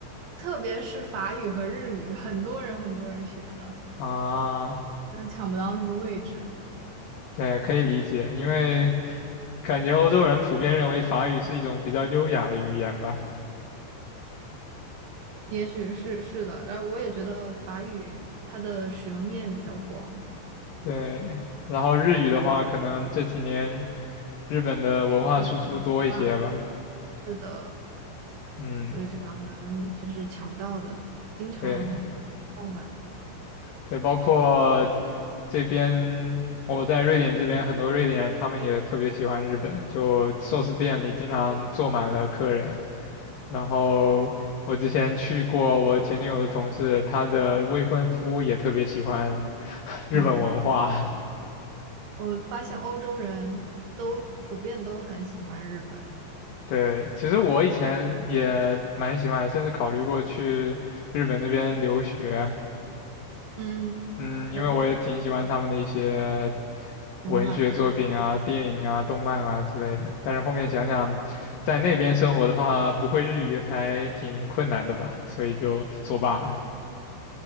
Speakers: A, on the right; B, on the left.
A: 特别是法语和日语，很多人很多人学的，
B: 啊，
A: 就是抢不到那个位置。
B: 对，可以理解，因为感觉欧洲人普遍认为法语是一种比较优雅的语言吧。
A: 也许是是的，然后我也觉得法语它的使用面比较广，
B: 对，然后日语的话，
A: 嗯，
B: 可能这几年日本的文化输出多一些吧。
A: 对吧？是的，
B: 嗯。
A: 所以这两门就是抢不到的，经常爆满。
B: 对，对，包括这边我在瑞典这边，很多瑞典人他们也特别喜欢日本，就寿司店里经常坐满了客人。然后我之前去过我前女友的同事，她的未婚夫也特别喜欢日本文化。
A: 嗯，我发现欧洲人都普遍都很喜欢日本。
B: <laughs> 对，其实我以前也蛮喜欢的，甚至考虑过去日本那边留学。
A: 嗯，
B: 嗯，
A: 然后
B: 因为我也挺喜欢他们的一些
A: 文化的。
B: 文学作品啊、电影啊、动漫啊之类的。但是后面想想，在那边生活的话，不会日语还挺困难的吧，所以就作罢了。